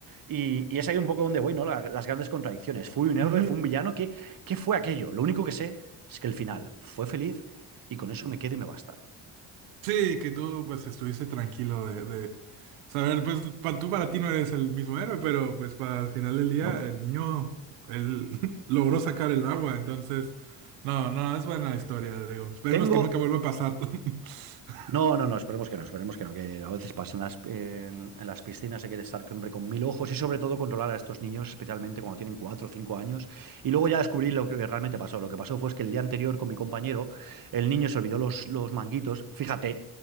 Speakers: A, on the right (about 50°); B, on the right (about 85°).
A: Y, y es ahí un poco donde voy, ¿no? La- las grandes contradicciones.
B: <laughs>
A: Fui un héroe,
B: Ujú.
A: fui un villano. ¿Qué, qué fue aquello? Lo único que sé es que el final fue feliz y con eso me quedo y me basta.
B: Sí, que tú pues estuviste tranquilo de, de saber, pues pa- tú para ti no eres el mismo héroe, pero pues para el final del día
A: ¿No?
B: el niño, él <laughs> logró sacar el agua, entonces, no, no, es buena la historia, digo, esperemos
A: Tengo
B: que nunca vuelva a pasar. <laughs>
A: No, no, no, esperemos que no, esperemos que no, que a veces pasan las, en, en las piscinas, hay que estar siempre con mil ojos y sobre todo controlar a estos niños, especialmente cuando tienen cuatro o cinco años. Y luego ya descubrí lo que realmente pasó. Lo que pasó fue es que el día anterior con mi compañero, el niño se olvidó los, los manguitos. Fíjate